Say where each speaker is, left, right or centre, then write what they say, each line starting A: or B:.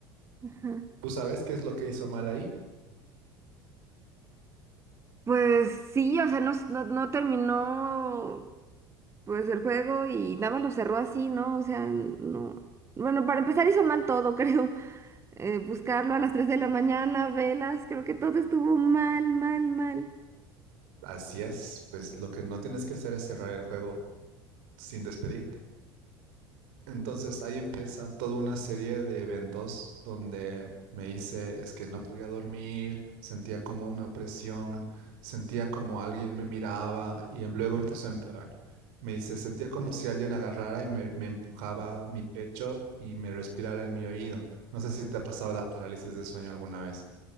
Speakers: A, on the right; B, on the right.
A: Ajá.
B: ¿Tú sabes qué es lo que hizo mal ahí?
A: Pues sí, o sea, no, s- no, no terminó pues el juego y nada más lo cerró así, ¿no? O sea, no. Bueno, para empezar hizo mal todo, <laughs> creo. Eh, buscarlo a las 3 de la mañana, velas, creo que todo estuvo mal, mal, mal.
B: Así es, pues lo que no tienes que hacer es cerrar el juego sin despedirte. Entonces ahí empieza toda una serie de eventos donde me hice, es que no podía dormir, sentía como una presión, sentía como alguien me miraba y em- luego empezó a empeorar. Me hice, sentía como si alguien agarrara y me, me empujaba mi pecho y me respirara en mi oído. No sé si te ha pasado la parálisis de sueño alguna vez.